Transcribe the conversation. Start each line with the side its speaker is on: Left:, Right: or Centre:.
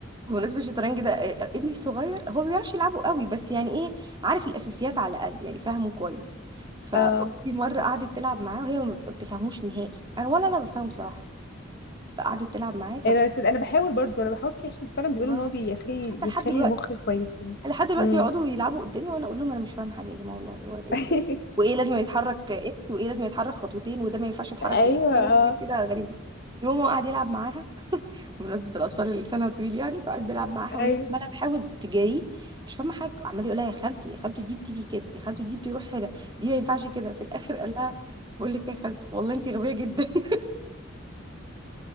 Right: بمناسبة الشطرنج ده آه، آه، ابني الصغير هو ما بيعرفش يلعبه قوي بس يعني ايه عارف الاساسيات على الاقل يعني فاهمه كويس
Left: <laughs>
Right: فاختي
Left: اه
Right: مرة قعدت تلعب معاه وهي ما بتفهموش نهائي انا ولا انا بفهمه بصراحة فقعدت تلعب معاه فبت...
Left: انا صدق انا بحاول برضو انا بحاول فيه عشان فعلا بيقولوا
Right: ما-
Left: ان هو بيخلي
Right: حتى
Left: بيخلي
Right: لحد دلوقتي
Left: المخ كويس يعني
Right: لحد دلوقتي
Left: امم
Right: يقعدوا يلعبوا قدامي وانا اقول لهم انا مش فاهم حاجة يا جماعة والله هو إيه
Left: <laughs>
Right: ده؟ وايه لازم يتحرك اكس وايه لازم يتحرك خطوتين وده ما ينفعش يتحرك
Left: ايوه
Right: من مكان
Left: اه
Right: وحاجات كده غريبة المهم هو قعد يلعب معاها بمناسبة الأطفال اللي لسانها طويل يعني فقعد بيلعب معاها وهي
Left: ايوه
Right: عمالة تحاول تجاريه مش فاهمة حاجة عمال يقولها يا خالته يا خالته دي بتيجي كده يا خالته دي بتروح هنا دي ما ينفعش كده في الآخر قال لها بقول لك يا خالته والله أنت غبية جدا <laughs>